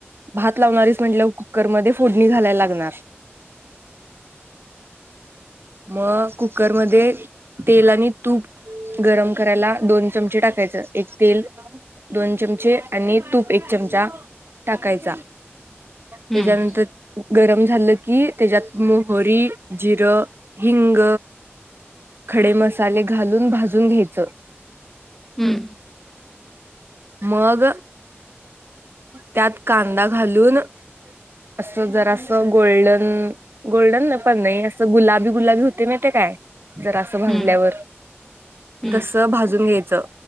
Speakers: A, on the right; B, in the centre.
A: भात लावणारच म्हट कुकरमध्ये फोडणी घालायला लागणार मग कुकरमध्येध्ये तेल आणि तूप गरम करायला दोन चमचे टाकायचं एक तेल दोन चमचे आणि तूप एक चमचा टाकायचा
B: हम्म
A: त्याच्यानंतर गरम झालं की त्याच्यात मोहरी जिरं हिंग खडे मसाले घालून भाजून घ्यायच
B: हम्म
A: माग त्यात कांदा घालून अस जरा असं गोल्डन गोल्डन ना पण नाही असं गुलाबी गुलाबी होते माहितीय काय? जरा सं भाजल्यावर...
B: हम्म हम्म
A: तस भाजून घ्यायचं